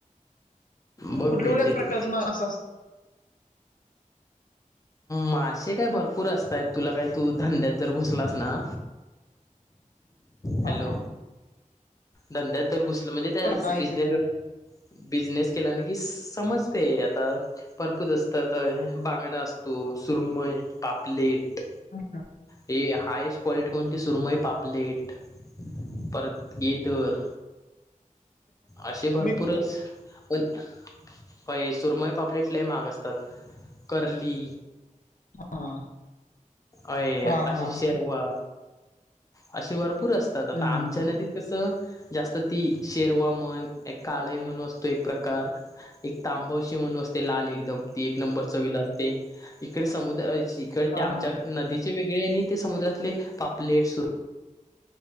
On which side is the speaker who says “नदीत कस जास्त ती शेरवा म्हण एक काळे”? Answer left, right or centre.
Left